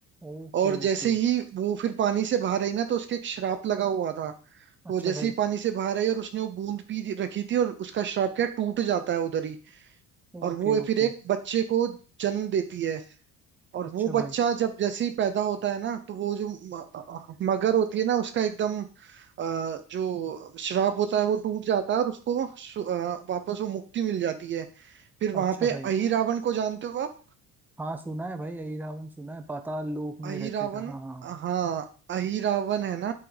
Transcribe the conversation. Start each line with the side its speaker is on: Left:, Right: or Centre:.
Centre: Okay
Right: और जैसे
Centre: okay
Right: ही वो फिर पानी से बाहर आई ना तो उसके एक श्राप लगा हुआ था
Centre: अच्छा
Right: तो जैसे
Centre: भाई
Right: ही पानी से बाहर आई और उसने वो बूंद पी दी- रखी थी और उसका श्राप क्या है, टूट जाता है उधर ही
Centre: Okay
Right: और वो
Centre: okay
Right: फिर एक बच्चे को जन्म देती है और
Centre: अच्छा
Right: वो
Centre: भाई
Right: बच्चा जब जैसे ही पैदा होता है ना तो वो जो म- मगर होती है ना उसका एकदम अ, जो श्राप होता है वो टूट जाता है और उसको सु- अ, वापस वो मुक्ति मिल जाती है फिर वहां
Centre: अच्छा
Right: पे अहिरावण
Centre: भाई
Right: को जानते हो आप
Centre: हाँ सुना है भाई यही रावण सुना है पाताल लोक में
Right: अही
Centre: रहते
Right: रावण
Centre: थे हाँ हाँ
Right: हाँ अही रावण है ना